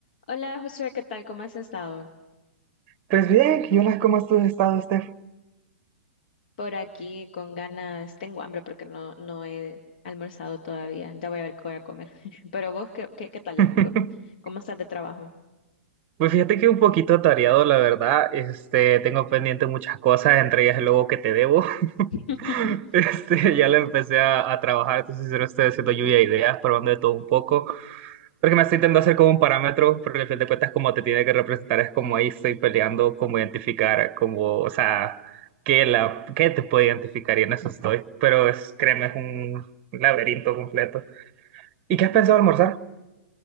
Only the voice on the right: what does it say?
Pues bien, ¿y hola, cómo has tú estado, Steph?
<laughs>
Pues fíjate que un poquito atareado, la verdad. Este, tengo pendiente muchas cosas, entre ellas el logo que te debo.
<laughs> Este, ya le empecé a, a trabajar, entonces sincero, estoy haciendo lluvia de ideas, probando de todo un poco. Porque me estoy intentando hacer como un parámetro, porque al fin de cuentas, como te tiene que representar, es como ahí estoy peleando, como identificar, como, o sea, qué, la, qué te puede identificar, y en eso estoy. Pero es, créeme, es un laberinto completo. ¿Y qué has pensado almorzar?